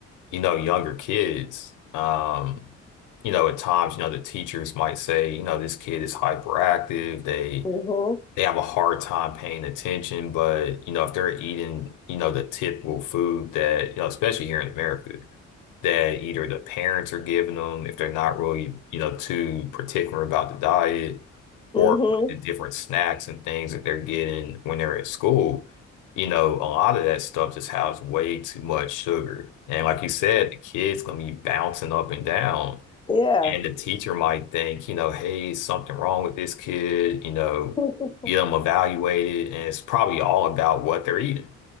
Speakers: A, on the left (about 85°); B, on the left (about 15°).
A: you know, younger kids, um, you know, at times, you know, the teachers might say, you know, this kid is hyperactive. They
B: Mm-hmm.
A: they have a hard time paying attention, but you know, if they're eating, you know, the typical food that, you know, especially here in America, that either the parents are giving them, if they're not really, you know, too particular about the diet, or
B: Mm-hmm.
A: like, the different snacks and things that they're getting when they're at school, you know, a lot of that stuff just has way too much sugar. And like you said, the kid's gonna be bouncing up and down.
B: Yeah.
A: And the teacher might think, you know, hey, something wrong with this kid, you know,
B: <laughs>
A: get them evaluated. And it's probably all about what they're eating.